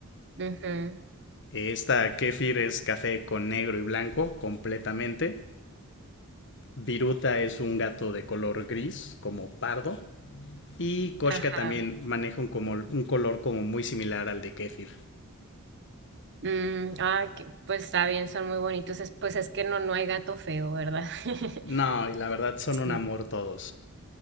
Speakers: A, on the right; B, on the left.
A: ujú,
B: Esta Kefir es café con negro y blanco completamente. Viruta es un gato de color gris, como pardo. Y Koshka
A: ajá.
B: también maneja un, como, un color como muy similar al de Kefir.
A: Mm, ah, que pues está bien, son muy bonitos. Es, pues es que no, no hay gato feo, ¿verdad? <laughs>
B: No, y la verdad son
A: Sí.
B: un amor todos.